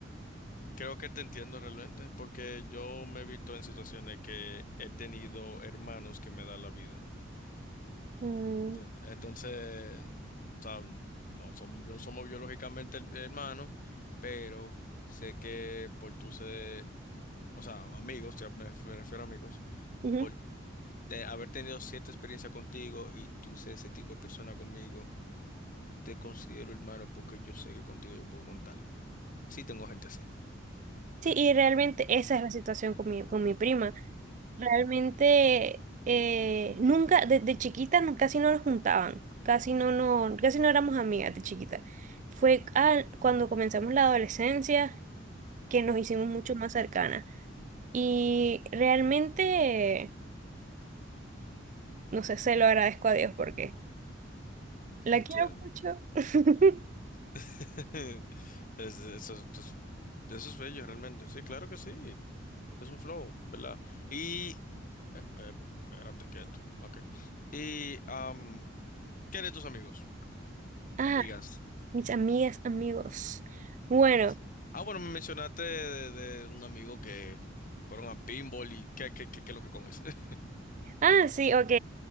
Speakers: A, on the left; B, on the right.
A: creo que te entiendo realmente, porque yo me he visto en situaciones que he tenido hermanos que me dan la vida.
B: mm,
A: ¿entiendes? Entonces, o sea, no somos, bio- somos biológicamente her- hermanos, pero sé que por tú ser, o sea, amigos, te- me, ref- me refiero a amigos,
B: ujú.
A: por te- haber tenido cierta experiencia contigo y tú ser ese tipo de persona conmigo, te considero hermano porque yo sé que contigo yo puedo contar. Sí tengo gente así.
B: Sí, y realmente esa es la situación con mi, con mi prima. Realmente eh, nunca, de, de chiquita no- casi no nos juntaban, casi no, no, casi no éramos amigas de chiquita. Fue al- cuando comenzamos la adolescencia que nos hicimos mucho
A: Ujú.
B: más cercanas. Y realmente, no sé, se lo agradezco a Dios porque la
A: Entiendo.
B: quiero mucho. <laughs>
A: <laughs> Es- eso, es eso es bello realmente. Sí, claro que sí. Es un flow, ¿verdad? Y... eh, eh, espérate, quieto. Ok. Y... am, ¿qué de tus amigos?
B: Ah,
A: Amigas.
B: mis amigas, amigos. Bueno.
A: No sé. Ah, bueno, me mencionaste de, de un amigo que fueron a pinball y qué, qué, qué, qué lo que con ese. <laughs>
B: Ah, sí, ok.